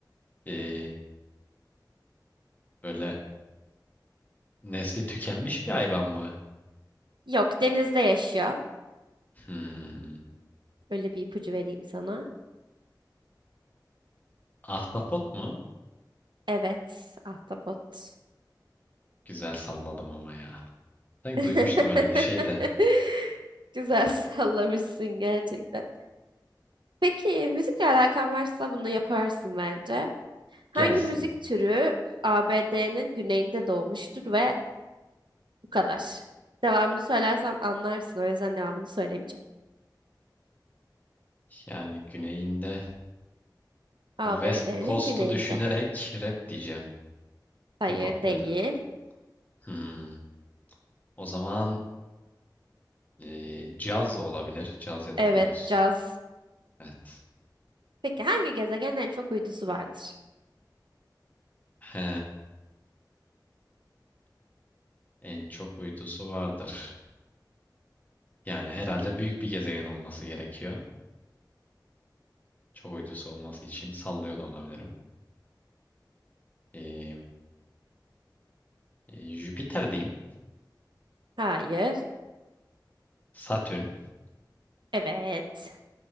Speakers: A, on the left; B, on the right.
A: Ee, böyle nesli tükenmiş bir hayvan mı?
B: Yok, denizde yaşıyor.
A: Hmm,
B: Öyle bir ipucu vereyim sana.
A: ahtapot mu?
B: Evet, ahtapot.
A: Güzel salladım ama ya. Sanki
B: <laughs>
A: duymuştum öyle bir şey de.
B: Güzel sallamışsın gerçekten. Peki müzikle alakan varsa bunu yaparsın bence. Hangi
A: Gelsin.
B: müzik türü ABD'nin güneyinde doğmuştur ve bu kadar. Devamını söylersem anlarsın. O yüzden devamını söylemeyeceğim.
A: Yani güneyinde
B: ABD'nin
A: West Coast'u
B: güneyinde.
A: düşünerek rap diyeceğim.
B: Hayır
A: Hip hop
B: değil.
A: ya da. Hmm. O zaman eee, caz olabilir. Caz ya da
B: Evet
A: blues.
B: caz.
A: Evet.
B: Peki hangi gezegenin en çok uydusu vardır?
A: He. En çok uydusu vardır. Yani herhalde büyük bir gezegen olması gerekiyor. Çok uydusu olması için sallıyor da olabilirim. Eee, e, Jüpiter diyeyim.
B: Hayır.
A: Satürn.
B: Evet.